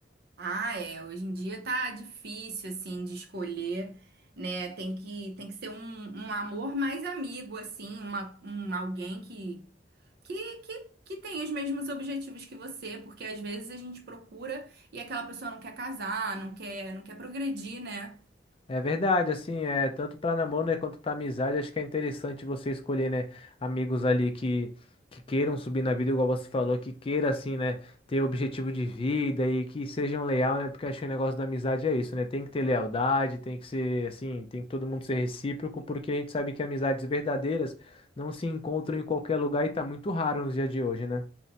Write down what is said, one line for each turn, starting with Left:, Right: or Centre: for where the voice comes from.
Right: Ah, é. Hoje em dia tá difícil, assim, de escolher, né? Tem que, tem que ser um, um amor mais amigo, assim, uma, um alguém que, que, que, que tem os mesmos objetivos que você, porque às vezes a gente procura e aquela pessoa não quer casar, não quer, não quer progredir, né?
Left: É verdade, assim, é tanto para namoro, né, quanto para amizade, acho que é interessante você escolher, né, amigos ali que que queiram subir na vida, igual você falou, que queira assim, né, ter objetivo de vida e que sejam leal, né, porque acho que o negócio da amizade é isso, né? Tem que ter lealdade, tem que ser assim, tem que todo mundo ser recíproco, porque a gente sabe que amizades verdadeiras não se encontram em qualquer lugar e tá muito raro nos dias de hoje, né?